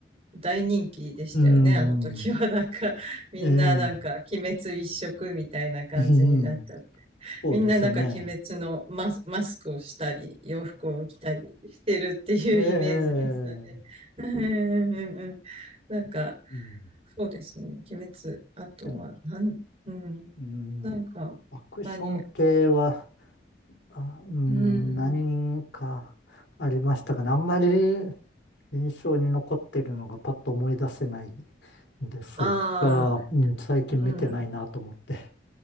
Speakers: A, on the right (about 35°); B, on the left (about 85°).
A: 大人気でしたよね。
B: うーん、
A: あの時は、なんか、みんななんか、
B: ええ
A: 鬼滅一色みたいな感じになっちゃって、
B: うん、そうですよね。
A: みんななんか鬼滅のマス、マスクをしたり、洋服を着たりしてるっていうイメージでしたね。
B: <laughs> ええ
A: うんうんうんうん。なんか、
B: うん、
A: そうですね。鬼滅。あとは、
B: でも
A: なん、うん。
B: うん
A: なんか、
B: アクション系は、
A: 他に、
B: あ、うん、
A: うん。
B: 何かありましたかね。あんまり印象に残ってるのがパッと思い出せないんですが、
A: ああ、
B: うん、最近見てないなと思って。
A: うんうんうん。